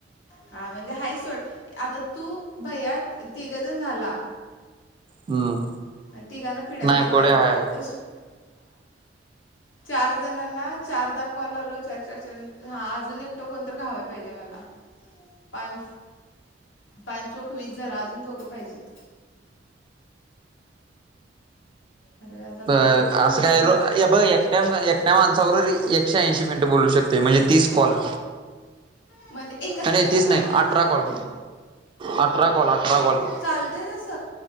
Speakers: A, on the left; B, on the right.
A: हा म्हणजे हा सोड. आता तू भैया तिघजण झाला.
B: हम्म
A: तिघांना पिडायला
B: नायकुडे
A: येत. आता
B: हाय.
A: चौथ चार जण चारदा कॉललो च. हा अजून एकट कोणत घावाय पाहिजे मला. पाण पाणचोक वीस झालं अजून दोघं पाहिजेत. अरे आता दोघं
B: तर
A: कोणाला
B: असं
A: हुडकू
B: काय
A: रे
B: र बघ. एकट्या एकट्या माणसाबरोबर एकशे ऐंशी मिनिटं बोलू शकतोय म्हणजे तीस कॉल.
A: म्हणजे एका संग
B: नाही तीच
A: सगळं
B: नाही
A: बोललं
B: अठरा
A: तरं चालतंय.
B: कॉल अठरा कॉल अठरा कॉल
A: चालतय तस.